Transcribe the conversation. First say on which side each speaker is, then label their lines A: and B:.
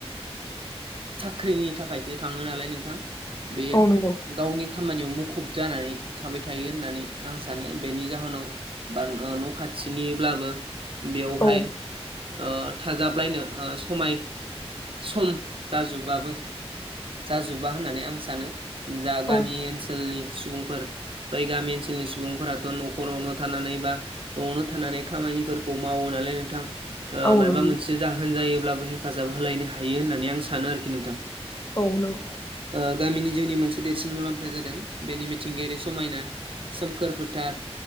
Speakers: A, on the right (about 55°); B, on the left (about 30°).
A: खैनि थाखायसो थाङो नालाय नोंथां बेयो
B: औ नंगौ
A: गावनि खामानियाव मुखुब जानानै थाबाय थायो होननानै आं सानो बेनि जाहोनाव बा न' न' खाथिनिब्लाबो बेवहाय
B: औ
A: ओ थाजाबलायनो ओ समाय सम जाजोबाबो जाजोबा होननानै आं सानो जा
B: औ
A: गामि ओनसोलनि सुबुंफोर बै गामि ओनसोलनि सुबुंफोराथ' न'खरावनो थानानै बा न'आवनो थानानै खामानिफोरखौ मावो नालाय नोंथां।
B: औ
A: माबा
B: नंगौ
A: मोनसे जाहोन जायोब्लाबो हेफाजाब होलायनो हायो होननानै आं सानो आरोखि नोंथां।
B: औ नोंगौ।
A: ओ गामिनि जिउनि मोनसे देरसिन मुलाम्फाया जादों बेनि मिथिंगायारि समायना। सोमखोर फोथार